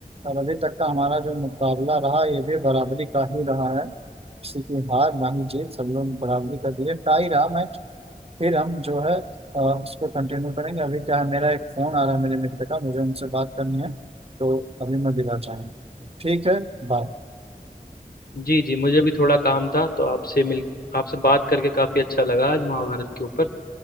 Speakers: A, on the right (about 40°); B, on the left (about 75°).
A: और अभी तक का हमारा जो मुकाबला रहा ये भी बराबरी का ही रहा है किसी की हार ना ही जीत सब लोग बराबरी का दिए टाई रहा मैं फिर हम जो है अ, उसको कंटिन्यू करेंगे अभी क्या है मेरा एक फोन आ रहा है मेरे मित्र का मुझे उनसे बात करनी है तो अभी मैं विदा चाहूंगा ठीक है बाय
B: जी जी मुझे भी थोड़ा काम था तो आपसे मिल आपसे बात करके काफ़ी अच्छा लगा आज महाभारत के ऊपर